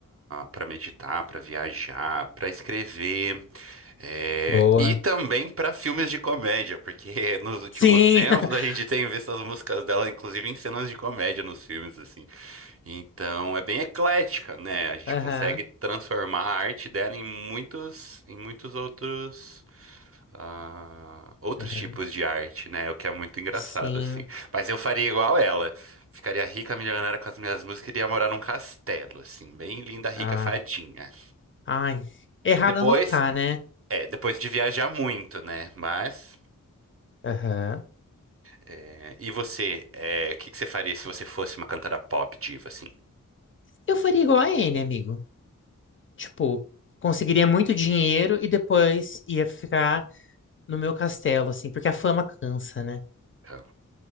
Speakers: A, on the right (about 45°); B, on the left (about 40°).
A: para meditar, para viajar, para escrever, é,
B: Boa.
A: e também para filmes de comédia, porque <laughs> nos últimos
B: Sim.
A: tempos a
B: <laughs>
A: gente tem visto as músicas dela, inclusive em cenas de comédia nos filmes, assim. Então é bem eclética, né? A gente
B: Aham.
A: consegue transformar a arte dela em muitos, em muitos outros ah, outros
B: Aham.
A: tipos de arte, né? O que é muito engraçado,
B: Sim.
A: assim. Mas eu faria igual ela. Ficaria rica, milionária com as minhas músicas e iria morar num castelo, assim, bem linda, rica,
B: Ah.
A: fadinha.
B: Ai. Errada
A: Depois,
B: não tá, né?
A: é, depois de viajar muito, né? Mas.
B: Aham.
A: é, e você, é, o que que você faria se você fosse uma cantora pop diva, assim?
B: Eu faria igual a N, amigo. Tipo, conseguiria muito dinheiro e depois ia ficar no meu castelo, assim, porque a fama cansa, né?
A: Então.